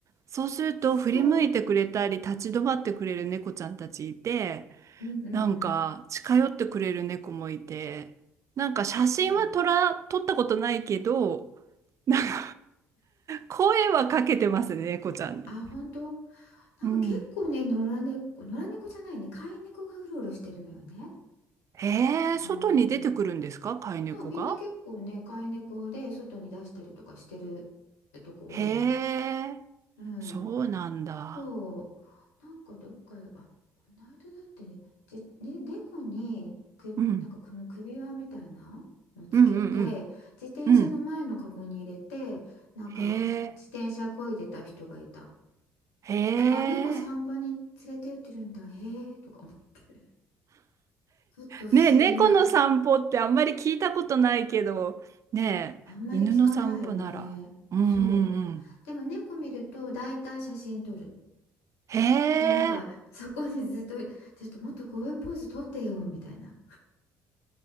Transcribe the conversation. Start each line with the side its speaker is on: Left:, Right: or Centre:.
Right: そうすると振り向いてくれたり立ち止まってくれる猫ちゃんたちいて、
Left: そううんうんうん
Right: なんか近寄ってくれる猫もいて、なんか写真は撮ら、
Left: そう
Right: 撮ったことないけど、なんか声はかけてますね、猫ちゃんに。
Left: あ本当なんか結構ね野良猫野良猫じゃないね飼い猫がうろうろしてるのよね
Right: うん。へえ、
Left: あのー
Right: 外に出てくるんですか、飼い猫が。
Left: そう、みんな結構ね、飼い猫で外に出したりとかしてるとこ多いよ。
Right: へえ、
Left: うん。
Right: そうなんだ。
Left: そう。なんかどっか、あ、この間だってね、じ、ね、猫にく、
Right: うん。
Left: なんかこの首輪みたいなのつけて、
Right: うんうん
Left: 自転車の前のカゴに入れて、
Right: うん。うん。
Left: なんか自転車漕いでた人がいた。
Right: へえ、へえ。
Left: だから猫散歩に連れて行ってるんだ、へえとか思って。ちょっと不思議な。
Right: ねえ、猫の散歩ってあんまり聞いたことないけど、ねえ、
Left: あんまり聞かないよね。
Right: 犬の散歩なら。うんうんうん。
Left: そう。でも猫見ると大体写真撮る。
Right: へえ。
Left: で、なんかそこにずっと、ちょっともっとこういうポーズ撮ってよ、みたいな。